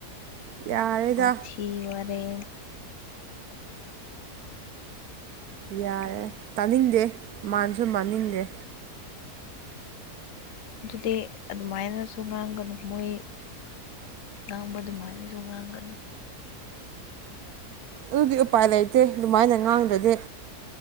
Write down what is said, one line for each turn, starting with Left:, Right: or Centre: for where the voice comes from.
Right: ꯌꯥꯔꯦꯗ
Left: ꯑꯣ ꯊꯤ ꯋꯥꯅꯤ ꯦ
Right: ꯌꯥꯔꯦ ꯇꯥꯅꯤꯡꯗꯦ ꯃꯥꯥꯟꯁꯨ ꯃꯅꯤꯡꯗ꯭ꯔꯦ
Left: ꯑꯗꯨꯗꯤ ꯑꯗꯨꯃꯥꯏꯅꯁꯨ ꯉꯥꯡꯒꯅꯨ ꯃꯣꯏ ꯑꯕꯗꯨ ꯃꯥꯥꯏꯅꯤꯁꯨ ꯉꯥꯡꯒꯅ
Right: ꯑꯗꯨꯗꯤ ꯎꯄꯥꯏ ꯂꯩꯇꯦ ꯑꯗꯨꯃꯥꯏꯅ ꯉꯥꯡꯗ꯭ꯔꯗꯤ